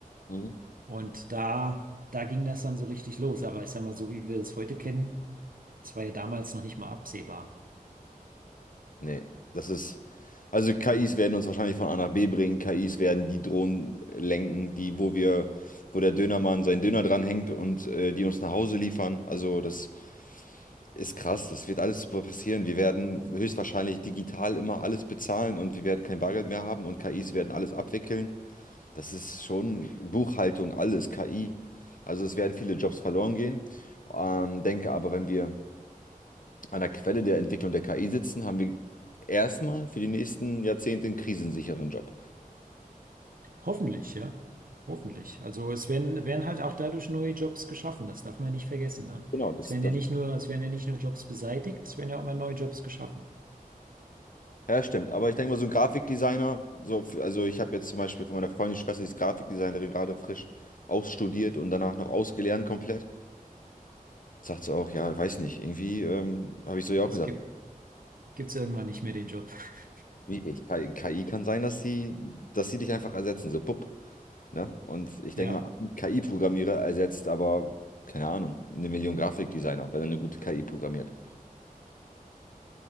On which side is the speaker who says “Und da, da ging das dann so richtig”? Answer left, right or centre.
Right